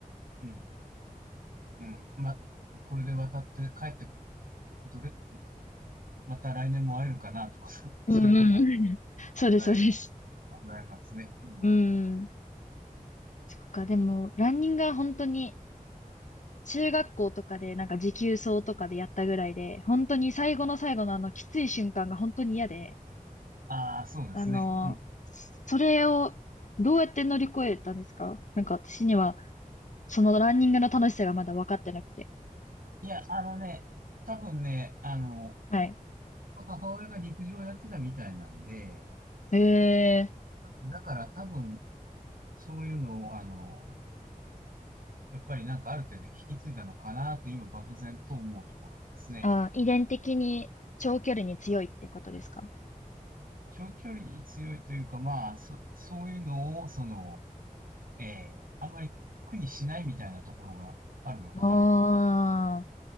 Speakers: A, on the right; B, on the left.
A: うん。うん、ま、これで渡って帰って、どれ、また来年も会えるかなとか、<laughs> そう、そういうことを
B: うんうん。
A: 考えます、
B: そうです、そうです。
A: 考えますね。うん。
B: うん。そっか、でも、ランニングは本当に、中学校とかで、なんか持久走とかでやったぐらいで、本当に最後の最後のあの、きつい瞬間が本当に嫌で、
A: ああ、そうですね。
B: あの、
A: うん。
B: それをどうやって乗り越えたんですかなんか私には、そのランニングの楽しさがまだ分かってなくて。
A: いや、あのね、多分ね、あの、
B: はい。
A: 母親が陸上をやってたみたいなんで、
B: えー
A: だから多分、そういうのを、あの、やっぱりなんかある程度引き継いだのかなと、今漠然と思うところですね。
B: あ、遺伝的に長距離に強いってことですか
A: 長距離に強いというか、まあ、そ、そういうのを、その、ええあんまり苦にしないみたいなところがあるのかなと。
B: ああ